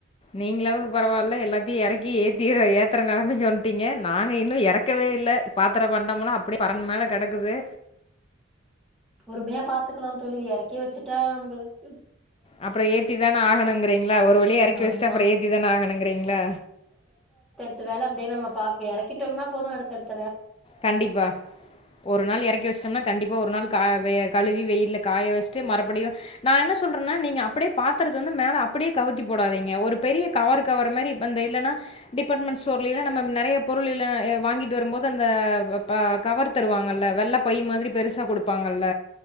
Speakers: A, on the left; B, in the centre.
A: நீங்களாவது பரவால்ல எல்லாத்தையு எறக்கி ஏத் தீர ஏத்தற நெலமைக்கி வந்ட்டீங்க நாங்க இன்னு எறக்கவே இல்ல. பாத்தரோ பண்டம்லா அப்படியே பரண் மேல கெடக்குது
B: பொறுமையா பாத்துக்கலாந் தோழி எறக்கி வச்சுட்டா நம்பளுக்கு
A: அப்பற ஏத்திதான ஆகணுங்கிறீங்களா ஒரு வழியா எறக்கி
B: ஆமா
A: வச்சுட்டா அப்புறோ ஏத்திதான ஆகணுங்கிறீங்களா?
B: த வேல அப்டியே நம்ம பாக் எறக்கிட்டோம்னா போது அடுத்தடுத்
A: கண்டிப்பா ஒரு நாள் எறக்கி வெச்சுட்டோம்னா கண்டிப்பா ஒரு நாள் கா வெ கழுவி வெயில்ல காய வெச்ட்டு மறுபடியு நா என்ன சொல்றன்னா நீங்க அப்டியே பாத்தரத்த வந்து மேல அப்பிடியே கவுத்தி போடாதீங்க. ஒரு பெரிய கவரு கவரு மாரி அந்த இல்லனா டிபார்ட்மெண்ட் ஸ்டோர்ல இல்லனா நம்ம நெறய பொருளு இல்ல ஆ வாங்கிட்டு வரும்போது அந் த ஆ ப கவர் தருவாங்கல்ல வெள்ள பை மாரி பெருசா குடுப்பாங்கல்ல